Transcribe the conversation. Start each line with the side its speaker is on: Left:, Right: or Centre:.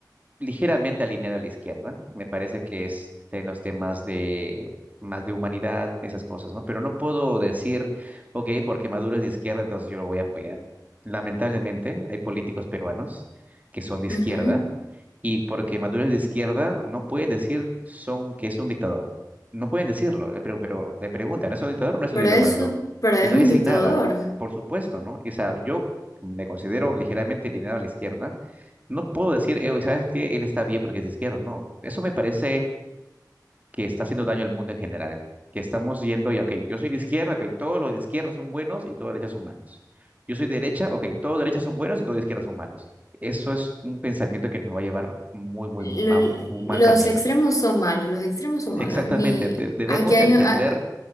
Right: ligeramente alineado a la izquierda. Me parece que es en los temas de más de humanidad, esas cosas, ¿no? Pero no puedo decir, ok, porque Maduro es de izquierda, entonces yo lo voy a apoyar. Lamentablemente, hay políticos peruanos que son de izquierda
Left: Ujú.
Right: y porque Maduro es de izquierda, no pueden decir son que es un dictador. No pueden decirlo, le pregun- pero le preguntan, ¿es un dictador o no es un
Left: Pero
Right: dictador
Left: eso,
Right: Maduro?
Left: pero es
Right: Y no
Left: un
Right: dicen
Left: dictador.
Right: nada, por supuesto, ¿no? O sea, yo me considero ligeramente alineado a la izquierda no puedo decir, eh, ¿sabes qué? Él está bien porque es de izquierda. No, eso me parece que está haciendo daño al mundo en general. Que estamos yendo y, ok, yo soy de izquierda, ok, todos los de izquierda son buenos y todos los de derecha son malos. Yo soy de derecha, ok, todos de derecha son buenos y todos de izquierda son malos. Eso es un pensamiento que nos va a llevar muy, muy,
Left: Lo-
Right: mu- a un un
Left: Los
Right: mal camino.
Left: extremos son malos, los extremos son
Right: Exactamente,
Left: malos. Ni
Right: de- debemos
Left: aquí hay
Right: entender
Left: un- a-